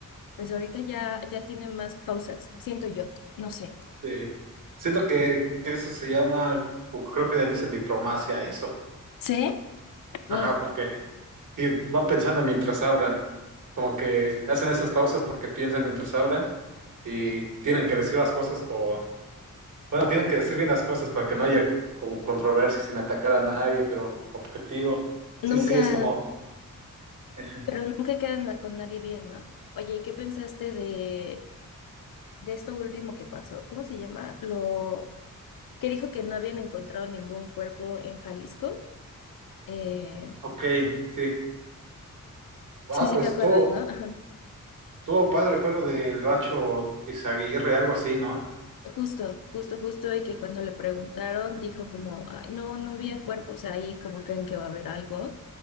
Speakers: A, on the left; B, on the right.
A: pues ahorita ya, ya tiene más pausas, siento yo. No sé.
B: Sí. Siento que, que eso se llama, o creo que le dicen diplomacia a eso.
A: ¿Sí? Uf,
B: Ajá, porque sí, van pensando mientras hablan. Como que hacen esas pausas porque piensan mientras hablan y tienen que decir las cosas con, Bueno, tienen que decir bien las cosas para que no haya como controversia sin atacar a nadie, pero objetivo.
A: nunca,
B: Sí, sí, es como. <laughs>
A: pero nunca quedan na- con nadie bien, ¿no? Oye, ¿y qué pensaste de, de esto último que pasó? ¿Cómo se llama? Lo... que dijo que no habían encontrado ningún cuerpo en Jalisco. Eh,
B: Ok, sí. Ah,
A: sí, sí
B: pues
A: te acuerdas,
B: todo,
A: ¿no? Ajá.
B: todo padre fue lo del Racho Izaguirre, algo así, ¿no?
A: Justo, justo, justo, y que cuando le preguntaron dijo como, ay, no, no había cuerpos ahí, como creen que va a haber algo.